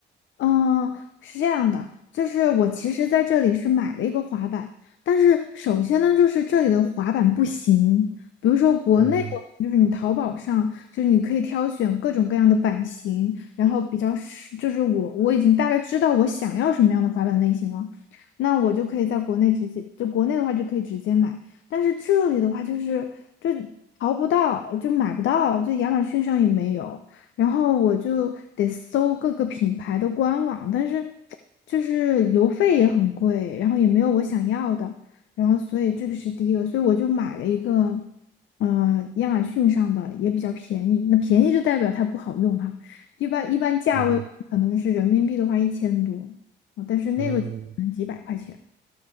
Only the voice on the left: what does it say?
嗯，是这样的，就是我其实在这里是买了一个滑板，但是首先呢，就是这里的滑板不行。比如说国内的话，
就是你淘宝上，就是你可以挑选各种各样的版型，然后比较是，就是我我已经大概知道我想要什么样的滑板类型了，那我就可以在国内直接，就国内的话就可以直接买，但是这里的话就是就淘不到，就买不到，就亚马逊上也没有。然后我就得搜各个品牌的官网，但是就是邮费也很贵，然后也没有我想要的，然后所以这个是第一个，所以我就买了一个，呃，亚马逊上的也比较便宜，那便宜就代表它不好用哈，一般一般价位可能是人民币的话一千多，
啊但是那个就可能几百块钱，